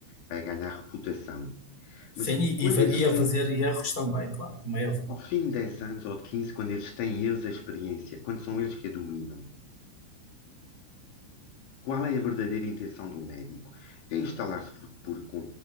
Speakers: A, on the left; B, on the left.
A: a ganhar reputação.
B: Sim,
A: Mas
B: e,
A: quando
B: e, fa-
A: eles
B: e
A: têm,
B: a fazer erros também, claro, como é óbvio.
A: ao fim de 10 anos ou de 15, quando eles têm eles a experiência, quando são eles que a dominam, qual é a verdadeira intenção do médico? É instalar-se por, por